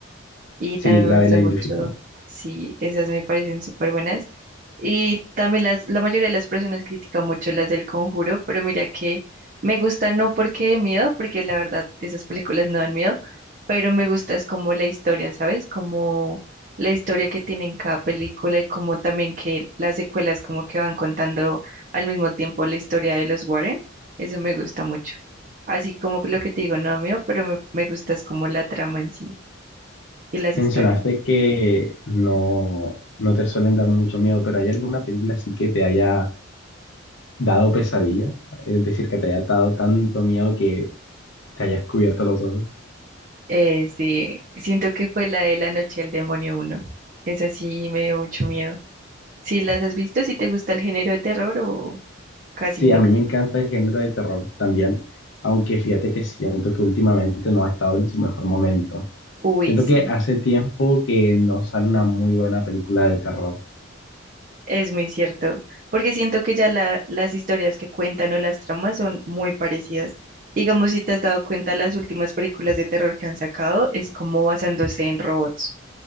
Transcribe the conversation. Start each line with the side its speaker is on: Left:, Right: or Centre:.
Right: y
Left: Sí,
Right: también
Left: la,
Right: me gusta
Left: la
Right: mucho,
Left: identifico.
Right: sí, esas me parecen súper buenas. Y también las, la mayoría de las personas critican mucho las del Conjuro, pero mira que me gusta no porque de miedo, porque la verdad esas películas no dan miedo, pero me gusta es como la historia, ¿sabes? Como la historia que tiene en cada película y como también que las secuelas como que van contando al mismo tiempo la historia de los Warren, eso me gusta mucho. Así como lo que te digo, no da miedo, pero me, me gusta es como la trama en sí y las historias.
Left: Mencionaste que no, no te suelen dar mucho miedo, pero ¿hay alguna película así que te haya dado pesadillas? Es decir, que te haya dado tanto miedo que te hayas cubierto los ojos.
Right: Eh, sí, siento que fue la de La Noche del Demonio uno Esa sí me dio mucho miedo. Si las has visto, si te gusta el género de terror o casi
Left: Sí,
Right: no.
Left: a mí me encanta el género de terror también, aunque fíjate que siento que últimamente no ha estado en su mejor momento.
Right: Uy,
Left: Siento
Right: sí,
Left: que hace tiempo que no sale una muy buena película de terror.
Right: es muy cierto. Porque siento que ya la- las historias que cuentan o las tramas son muy parecidas. Digamos, si te has dado cuenta, las últimas películas de terror que han sacado es como basándose en robots.